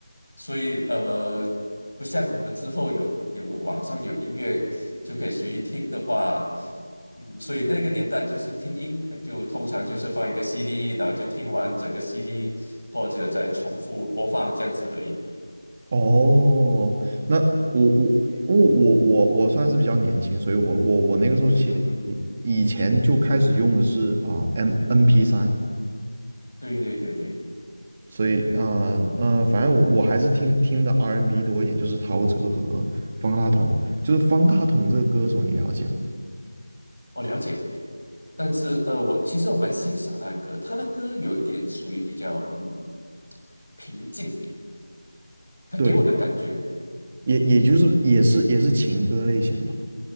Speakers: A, on the left; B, on the right.
A: 所以呃，不像我们之后有有网上有音乐就可以随意听的话，嗯，所以那个年代就是听音就通常就是放一个 CD，然后就听完整个 CD 或者再重复播放这样子而已，
B: 哦，那我我因为我我我算是比较年轻，所以我我我那个时候其实以以前就开始用的是啊、
A: 嗯嗯嗯。
B: M N P 三，
A: 对对对对，
B: 所以，呃呃，反正我我还是听听的 R&B n 多一点，就是陶喆和方大同。就是方大同这个歌手，你了解吗？
A: 我了解。但是呃，我其实我蛮欣赏他的歌，他的歌有一点属于比较嗯平静，他给我的感觉，
B: 对，也也就是也是也是情歌类型的嘛。